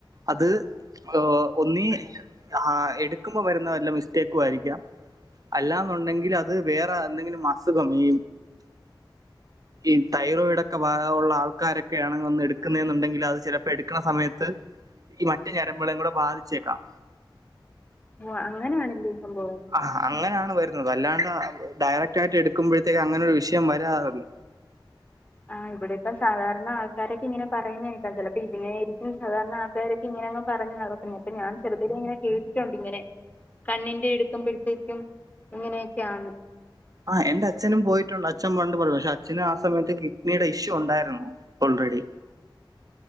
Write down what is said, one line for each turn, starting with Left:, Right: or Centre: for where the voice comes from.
Right: അത് ഏഹ് ഒന്നീ ആ എടുക്കുമ്പോ വരുന്ന വല്ല മിസ്റ്റേക്കും ആയിരിക്കാം അല്ലാന്നുണ്ടെങ്കിൽ അത് വേറെ എന്തെങ്കിലും അസുഖം ഈ ഈ തൈറോയിഡ് ഒക്കെ ഭാഗവുള്ള ആൾക്കാരൊക്കെയാണങ്ങ് വന്ന് എടുക്കുന്നേന്നുണ്ടെങ്കില് അത് ചില പ്പെടുക്കണ സമയത്ത് ഈ മറ്റു ഞരമ്പുകളേയും കൂടെ ബാധിച്ചേക്കാം
Left: ഓഹ് അങ്ങനെയാണല്ലേ സംഭവം
Right: ആഹ് അങ്ങനെയാണ് വരുന്നത് അല്ലാണ്ട ഡയറക്ട് ആയിട്ട് എടുക്കുമ്പഴത്തേക്ക് അങ്ങനെ ഒരു വിഷയം വരാറില്ല
Left: ആഹ് ഇവിടത്തെ സാധാരണ ആൾക്കാരൊക്കെ ഇങ്ങനെ പറയുന്ന കേക്കാ ചിലപ്പോ ഇതിനായിരിക്കും സാധാരണ ആ ക്കാരൊക്കെ ഇങ്ങനങ് പറഞ്ഞു നടക്കും അപ്പ ഞാൻ ചെറ്തിലേ ഇങ്ങനെ കേട്ടിട്ടുണ്ട് ഇങ്ങനെ കണ്ണിന്റെ ഇടുക്കുമ്പഴത്തേക്കും ഇങ്ങനെയൊക്കെയാണ്
Right: ആഹ് എന്റെ അച്നും പോയിട്ടുണ്ട് അച്ഛൻ പണ്ട് പറഞ്ഞു പക്ഷെ അച്ഛന് ആ സമയത്ത് കിഡ്നിയുടെ ഇഷ്യൂ ഉണ്ടായിരുന്നു ഒൾറെഡി